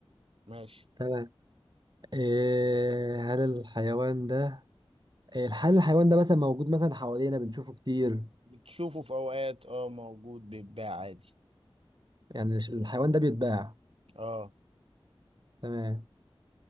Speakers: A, on the right; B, on the right.
A: ماشي
B: تمام إيه هل الحيوان ده إيه، هل الحيوان ده مثلا موجود مثلا حوالينا بنشوفه كتير
A: بتشوفه في أوقات اه موجود بيتباع عادي
B: يعني الش- الحيوان ده بيتباع
A: اه
B: تمام